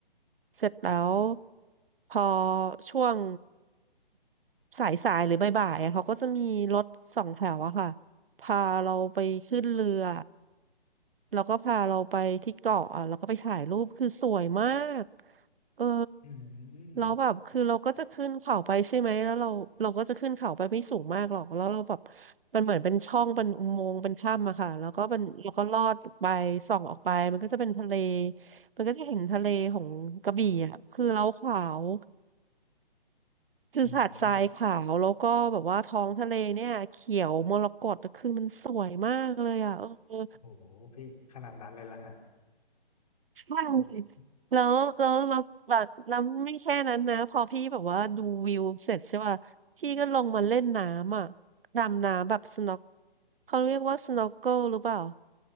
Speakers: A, on the right (about 65°); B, on the left (about 40°).
A: เสร็จแล้ว
B: อืม
A: พอช่วงสายสายหรือบ่ายๆอะเขาก็จะมีรถสองแถวอะค่ะพาเราไปขึ้นเรือ แล้วก็พาเราไปที่เกาะอ่ะแล้วก็ไปถ่ายรูปคือสวยมากเออ
B: อืม
A: แล้วแบบคือเราก็จะขึ้นเขาไปใช่ไหมแล้วเราเราก็จะขึ้นเขาไปไม่สูงมากหรอกแล้วเราแบบมันเหมือนเป็นช่องเป็นอุโมงค์เป็นถ้ำอะค่ะแล้วก็มันแล้วก็ลอดไปส่องออกไปมันก็จะเป็นทะเลมันก็จะเห็นทะเลของกระบี่อ่ะคือเราขาวคือหาดทรายขาวแล้วก็แบบว่าท้องทะเลเนี่ยเขียวมรกตคือมันสวยมากเลยอ่ะเออ
B: อืมโอ้โหพี่ขนาดนั้นเลยล่ะฮะ
A: ใช่
B: โอ้
A: แล้วแล้วแล้วแบบน้ำไม่แค่นั้นนะพอพี่แบบว่าดูวิวเสร็จใช่ป่ะพี่ก็ลงมาเล่นน้ำอ่ะดำน้ำแบบสน็อกเขาเรียกว่าสน็อกเกิลหรือเปล่า